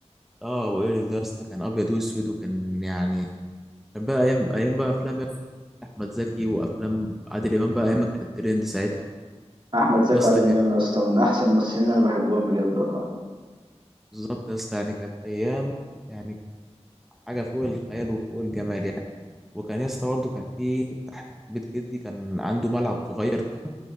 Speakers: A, in the centre; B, on the right (about 45°).
A: اه ابو اريال ده يا اسطى كان ابيض واسود وكان يعني كان بقى ايام ايام بقى افلام يا اسطى احمد زكي وافلام عادل امام بقى ايام ما كانت ترند ساعتها
B: احمد زكي
A: يا اسطى
B: وعادل
A: كان
B: امام يا اسطى من احسن الممثلين اللي انا بحبهم بجد والله
A: بالظبط يا اسطى يعني كانت ايام يعني كانت حاجه فوق الخيال وفوق الجمال يعني وكان يا اسطى برضه كان في تحت في بيت جدي كان عنده ملعب صغير كده